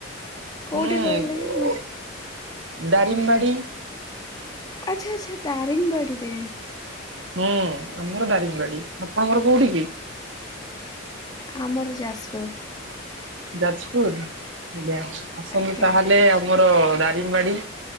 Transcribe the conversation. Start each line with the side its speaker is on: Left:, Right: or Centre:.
Left: କୋଉଠି
Right: ହୁଁ
Left: କହିଲେ ମୁଁ
Right: ଦାରିଙ୍ଗିବାଡ଼ି
Left: ଆଛା ଆଛା, ଦାରିଙ୍ଗବାଡ଼ିରେ
Right: ହୁଁ, ଆମର ଦାରିଙ୍ଗ ବାଡି଼, ଆପଣଙ୍କର କୋଉଠି କି?
Left: ଆମର ଯାଜପୁର।
Right: ଯାଜପୁର ଆଜ୍ଞା, ଆସନ୍ତୁ
Left: ଆଜ୍ଞା
Right: ତାହେଲେ ଆମର ଦାରିଙ୍ଗବାଡି଼।